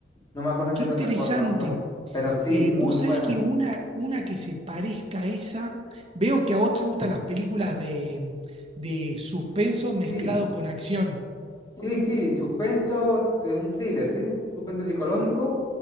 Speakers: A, on the left; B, on the right.
A: No me acuerdo en
B: Qué
A: qué plataforma
B: interesante.
A: fue, pero sí,
B: Eh,
A: muy
B: vos
A: buena.
B: sabés que una, una que se parezca a esa, veo que a vos te gustan las películas de, de suspenso
A: Sí,
B: mezclado con acción.
A: sí, sí, suspenso, de un thriller, sí, un suspenso psicológico